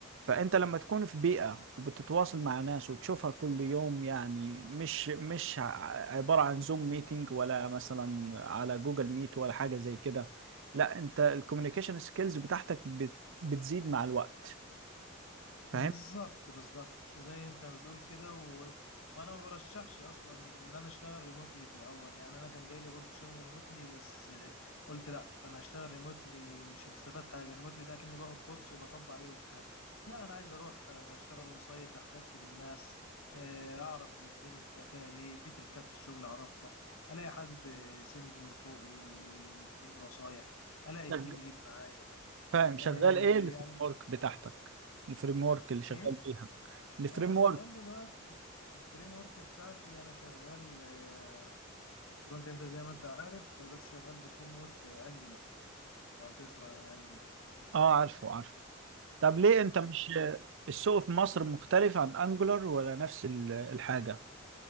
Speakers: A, on the right (about 60°); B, on the left (about 75°).
A: فانت لما تكون في بيئة وبتتواصل مع ناس وتشوفها كل يوم يعني مش مش ع- عبارة عن زوم ميتنج ولا مثلا على جوجل ميت ولا حاجة زي كده لا انت الكوميونيكيشن سكيلز بتاعتك بت- بتزيد مع الوقت فاهم
B: بالظبط بالظبط زي انت بتقول كده و... وانا ما برشحش اصلا ان انا اشتغل ريموتلي في الاول يعني انا كان جاي لي برضه شغل ريموتلي بس آه، قلت لا انا هشتغل ريموتلي مش هستفاد حاجه ريموتلي ده كاني باخد كورس وبطبق عليه وبتاع لا انا عايز اروح آه، اشتغل اون سايت احتك بالناس آه، اعرف الدنيا فيها ايه في تريكات في الشغل اعرفها الاقي حد آه، سينيور فوقي يديني نصايح الاقي التيم
A: شغ-
B: ليد معايا
A: فاهم
B: آه،
A: شغال ايه الفريم
B: يعني
A: ورك بتاعتك الفريم ورك اللي شغال
B: ايه
A: بيها الفريم
B: انا شغال
A: ورك
B: دلوقتي الفريم ورك بتاعتي انا شغال آه، فرونت اند زي ما انت عارف بس شغال بفريم ورك انجولار لو تسمع عن انجولار
A: اه عارفه عارفه طب ليه انت مش السوق في مصر مختلف عن انجولار ولا نفس ال- الحاجه